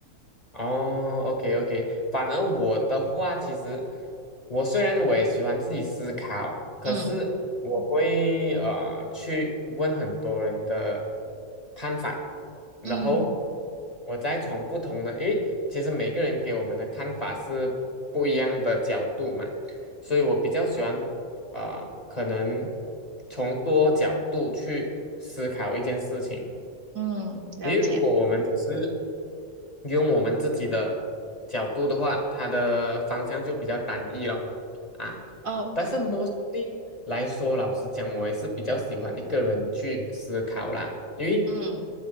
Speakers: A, on the left; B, on the right.
A: 哦，OK OK，反而我的话，其实我虽然我也喜欢自己思考，可是我会呃去问很多人的
B: <laughs> 嗯
A: 看法，然后
B: 嗯
A: 我再从不同的，诶，其实每个人给我们的看法是不一样的角度嘛，所以我比较喜欢呃可能从多角度去思考一件事情。
B: 嗯，了解。
A: 因为如果我们只是用我们自己的角度的话，它的方向就比较单一了啊。
B: 哦，
A: 但是 mostly 来说，老实讲，我也是比较喜欢一个人去思考啦，因为
B: 嗯